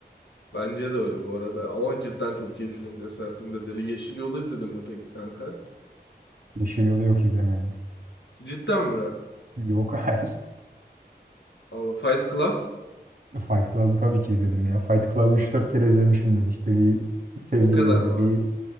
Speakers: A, on the left; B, on the right.
A: Bence de öyle bu arada. Ama cidden çok iyi film Desertin Bedeli. Yeşil Yol'u izledin mi peki kanka?
B: Yeşil Yol'u yok izlemedim.
A: Cidden mi?
B: Yok <laughs> hayır.
A: Allah Fight Club
B: Fight Club'ı tabii ki izledim ya. Fight Club'ı üç dört kere izlemişimdir. İşte bir sevgiliyle
A: o kadar mı?
B: bir...